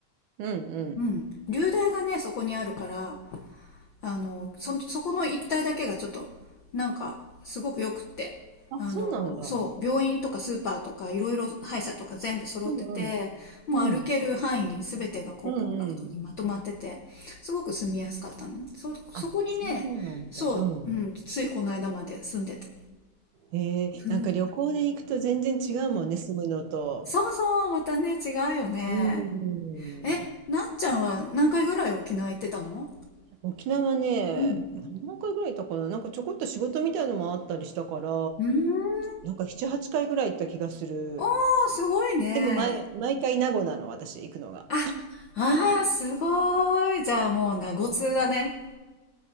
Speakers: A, on the right; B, on the left.
A: うんうん。
B: うん、流大がね、そこにあるから、あの、そ、そこの一帯だけがちょっと、なんか、すごく良くって、
A: あ、
B: あの、
A: そうなんだ。
B: そう、病院とかスーパーとか、いろいろ歯医者とか全部揃ってて、
A: うんうん。
B: もう歩ける範囲に全てがこう、
A: うん。うんうん。
B: コンパクトにまとまってて、すごく住みやすかったのね。そ、そこにね、
A: あ、そうなんだ。
B: そう、
A: うん。
B: うん、ついこの間まで住んでた。
A: へえ、
B: うん。
A: なんか旅行で行くと全然違うもんね、住むのと。
B: そうそう、またね、違うよね。
A: うん。
B: え、なっちゃんは何回ぐらい沖縄行ってたの
A: 沖縄ね、
B: うん。
A: 何回ぐらい行ったかな、なんかちょこっと仕事みたいのもあったりしたから、
B: うーん。
A: なんか7、8回ぐらい行った気がする。
B: おー、すごいね。
A: でも毎、毎回名護なの、私行くのが。
B: あ、あー、すごい。じゃあもう、名護通だね。